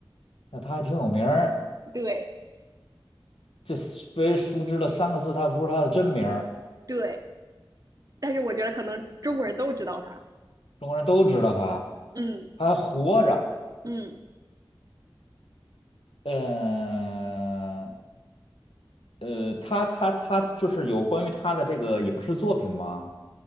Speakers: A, on the left (about 80°); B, on the right (about 40°).
A: 那他还挺有名儿。
B: 对
A: 这被熟知的三个字，他不是他的真名儿，
B: 对，但是我觉得可能中国人都知道他，
A: 中国人都知道他，
B: 嗯
A: 他还活着。
B: 嗯。
A: 嗯，呃，他他他就是有关于他的这个影视作品吗？